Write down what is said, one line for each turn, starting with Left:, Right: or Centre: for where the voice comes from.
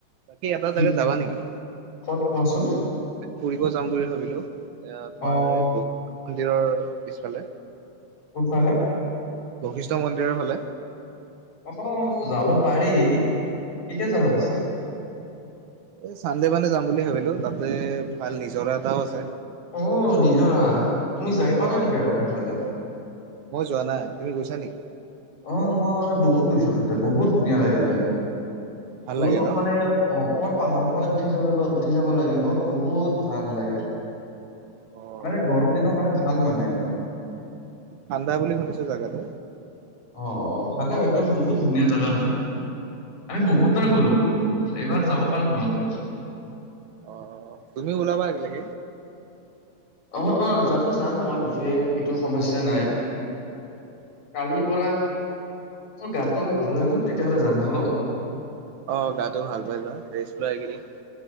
Right: বাকী এটা
Left: কি
Right: জাগাত যাবা নেকি?
Left: ক'ত কোৱাচোন
Right: ফুৰিব যাম বুলি ভাবিলো এ তোমাৰ
Left: অ
Right: এই বহুত মন্দিৰৰ পিছফালে
Left: কোনফালে
Right: বশিষ্ঠ মন্দিৰৰ ফালে।
Left: অ যাব পাৰি এতিয়া যাবা পিছে
Right: অ', এই চানডে মানে যাম বুলি ভাবিলো তাতে ভাল নিজৰা এটাও আছে।
Left: অ, নিজৰা তুমি যাই পোৱা
Right: অ
Left: নাই নেকি আগত সেইফালে
Right: মই যোৱা নাই তুমি গৈছা নেকি?
Left: অ, মই বহুত গৈছো তাতে বহুত ধুনীয়া লাগে যায়।
Right: ভাল
Left: অলপ
Right: লাগে ন?
Left: মানে অ, অকমান পাহাৰ। সফালে উঠি যাব বা উঠি যাব লাগিব বহুত ভাল লাগে।
Right: অ'
Left: মানে গৰম দিনৰ কাৰণে ভাল মানে একদম।
Right: কান্দা বুলি শুনিছো জাগাটো।
Left: অ - অ ভালে একদম বহুত ধুনীয়া জাগা হয় আমি বহুত
Right: অ'
Left: বাৰ গলো। এইবাৰ যাব পাৰা তোমালোকেও।
Right: অ, তুমি ওলবা লাগিলক
Left: অ- অ যোৱাো যাম মই বিশেষ এইটো সমস্যা নাই কালি। ম গাতটো অলপ ভাল হয় লওক তেতিয়াহলে যাম হল।
Right: অ, গাটো ভাল পাই যোৱা ৰেচ লোৱা এইকেইদিন।